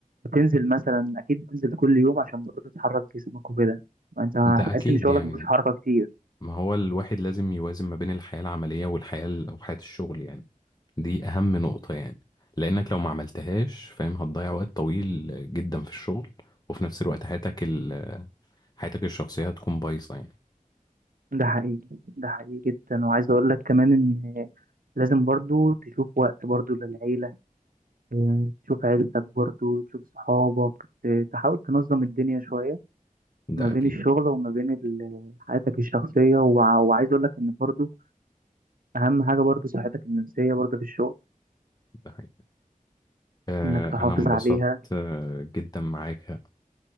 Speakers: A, on the right (about 80°); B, on the left (about 25°).
A: بتنزل مثلا اكيد بتنزل كل يوم عشان برضه تحرك جسمك وكده انت هتحس
B: ده أكيد
A: ان شغلك
B: يعني
A: مفيهوش حركة كتير
B: ما هو الواحد لازم يوازن ما بين الحياة العملية والحياة ال- أو حياة الشغل يعني دي أهم نقطة يعني لأنك لو ما عملتهاش فاهم هتضيع وقت طويل جدا في الشغل وفي نفس الوقت حياتك ال... حياتك الشخصية هتكون بايظة يعني
A: ده حقيقي ده حقيقي جدا وعايز اقول لك كمان ان لازم برضه تشوف وقت برضه للعيلة يعني تشوف عيلتك برضه تشوف صحابك ت- تحاول تنظم الدنيا شوية
B: ده
A: ما بين
B: أكيد
A: الشغل وما بين ال- حياتك الشخصية وع- وعايز اقول لك ان برضه اهم حاجة برضه صحتك النفسية برضه في الشغل
B: ده حقيقي. آه،
A: انك تحافظ
B: أنا انبسطت
A: عليها
B: آه، جدا معاك